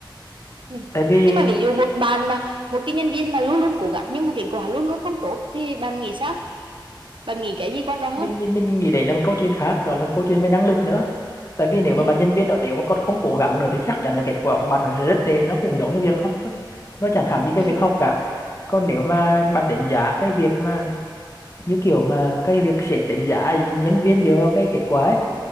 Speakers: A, on the right; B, on the left.
A: ừ.
B: Tại vì
A: nhưng mà ví dụ một bạn mà một cái nhân viên mà luôn luôn cố gắng nhưng mà kết quả luôn luôn không tốt thì bạn nghĩ sao Bạn nghĩ cái gì quan trọng hết,
B: mình mình mình nghĩ đấy là một câu chuyện khác đó là một câu chuyện về năng lực nữa tại vì nếu mà
A: ừ
B: bạn nhân viên đó nếu mà con không cố gắng nữa thì chắc chắn là kết quả của bạn nó sẽ rất tệ nó cũng giống như việc học thôi nó chẳng khác gì cái
A: ừ
B: việc học cả còn nếu mà bạn đánh giá cái việc mà như kiểu mà cái việc sếp đánh giá nhân viên dựa vào cái kết quả ấy,